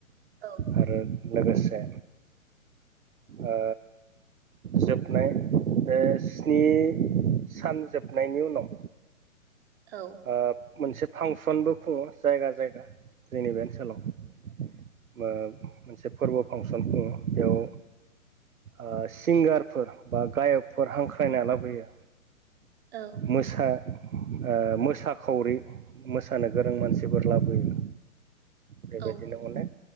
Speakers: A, on the right; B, on the right.
A: औ
B: आरो लोगोसे आ जोबनाय बे स्नि सान जोबनायनि उनाव
A: औ
B: ओ मोनसे फांसनबो खुङो जायगा जायगा जोंनि बे ओनसोलाव ओ मोनसे फोरबो फांसन खुंङो बेयाव ओ सिंगारफोर बा गायकफोर हांख्रायना लाबोयो
A: औ
B: मोसा ओ मो साखावरि मोसानो गोरों मानसिफोर लाबोयो। बेबायदिनो
A: औ
B: अनेक